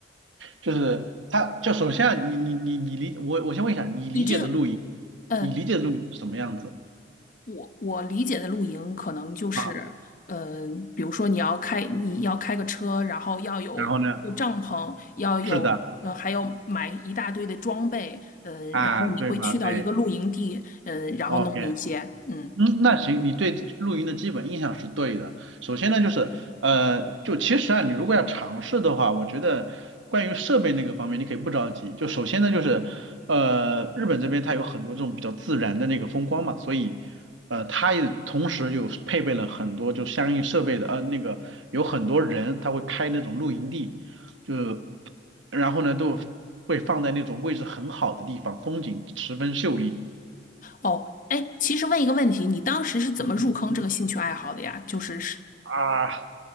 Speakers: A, on the right (about 90°); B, on the left (about 45°).
A: 就是它就首先啊你你你你理我我先问一下，你理解的露营，
B: 你这个，呃，
A: 你理解的露营是什么样子
B: 我我理解的露营可能就是，
A: 啊？
B: 嗯、比如说你要开你要开个车，然后要有有帐篷，
A: 然后呢，
B: 要有呃还要买一大堆的装备，
A: 是的
B: 嗯、
A: 啊，
B: 然后你会去到一个露营地，
A: 对嘛，对
B: 嗯、然后弄那些，
A: ，OK。
B: 嗯，
A: 嗯，那行，你对露营的基本印象是对的。首先呢，就是，呃，就其实啊，你如果要尝试的话，我觉得关于设备那个方面，你可以不着急。就首先呢，就是，呃，日本这边它有很多这种比较自然的那个风光嘛，所以，呃，它也同时有配备了很多就相应设备的，呃，那个有很多人他会开那种露营地，就，然后呢，都会放在那种位置很好的地方，风景十分秀丽。
B: 哦，哎，其实问一个问题，你当时是怎么入坑这个兴趣爱好的呀？
A: 嗯嗯。
B: 就是是，
A: 啊，